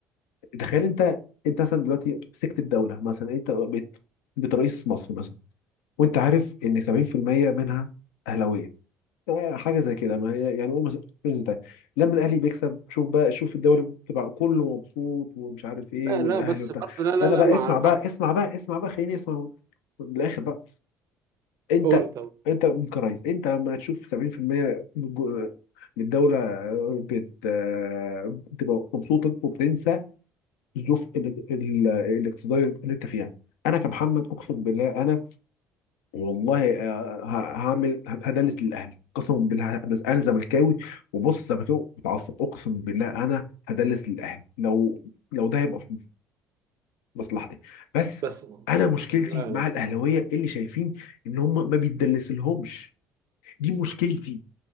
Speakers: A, on the left; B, on the right.
A: تخيل انت انت مثلا دلوقتي مسكت الدوله مثلا انت بقيت بقيت رئيس مصر مثلا وانت عارف ان 70% منها اهلاويه آه، حاجه زي كده ما هي يعني قول مثلا رز تاني. لما الاهلي بيكسب شوف بقى شوف الدوري بتبقى كله مبسوط ومش عارف ايه
B: لا
A: والاهلي
B: لا بس
A: وبتاع
B: برضه لا
A: استنى
B: لا لا
A: بقى
B: مع
A: اسمع
B: مع
A: بقى اسمع بقى اسمع بقى خليني اسمع من الاخر بقى انت
B: قول طب
A: انت من كرايز انت لما تشوف 70% من الجو- من الدولة بت... بتبقى مبسوطة وبتنسى الظروف ال- ال- الاقتصادية اللي انت فيها انا كمحمد اقسم بالله انا والله آه، ه- هعمل هدلس للاهلي قسما بالله هدلس. انا زملكاوي وبص زملكاوي متعصب اقسم بالله انا هدلس للاهلي لو لو ده هيبقى في مصلحتي بس
B: بس
A: انا مشكلتي
B: لا
A: مع الاهلاويه اللي شايفين ان هم ما بيتدلسلهمش دي مشكلتي